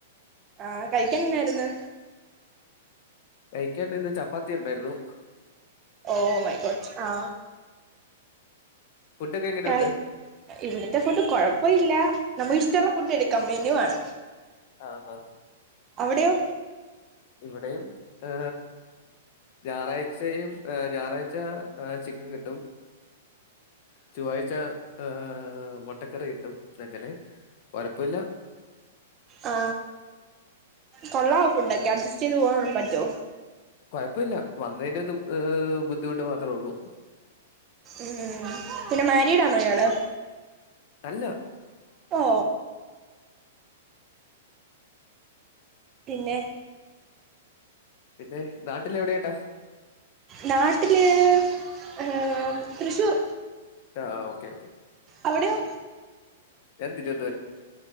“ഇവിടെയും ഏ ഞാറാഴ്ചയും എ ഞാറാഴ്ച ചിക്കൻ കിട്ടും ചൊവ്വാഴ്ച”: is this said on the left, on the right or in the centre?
Left